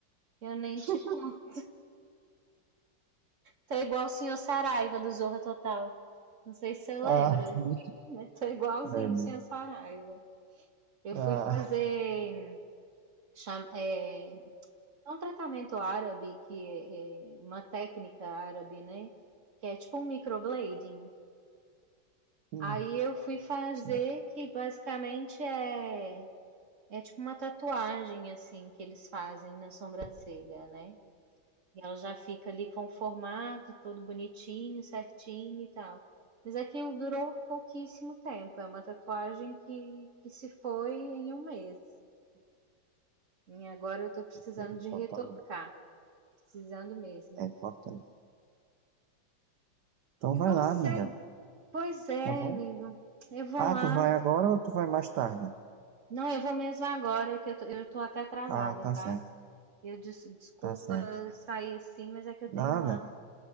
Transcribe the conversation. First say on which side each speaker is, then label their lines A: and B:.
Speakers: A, on the right; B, on the right.
A: Eu nem
B: <laughs>
A: te conto. Tô igual o senhor Saraiva do Zorra Total. Não sei se você lembra,
B: Ah, <laughs>
A: né? mas tô igualzinho
B: é, né?
A: o senhor Saraiva. Eu
B: Ah,
A: fui fazer cham- é, um tratamento árabe, que é, é uma técnica árabe, né? Que é tipo um microblading.
B: sim,
A: Aí eu fui fazer,
B: sim,
A: que basicamente é, é tipo uma tatuagem, assim, que eles fazem na sobrancelha, né? E ela já fica ali com o formato todo bonitinho, certinho e tal. Mas aquilo durou pouquíssimo tempo. É uma tatuagem que, que se foi em um mês. E agora eu tô precisando
B: ele
A: de retocar.
B: totalmente.
A: Precisando mesmo.
B: É importante. Então
A: E
B: vai
A: você?
B: lá, amiga,
A: Pois é,
B: tá bom?
A: amigo. Eu vou
B: Ah,
A: lá.
B: tu vai agora ou tu vai mais tarde?
A: Não, eu vou mesmo agora, que eu tô, eu tô até atrasada,
B: Ah, tá
A: tá?
B: certo,
A: Eu des- desculpa
B: tá certo.
A: sair assim, mas é que eu
B: Nada,
A: tenho lá.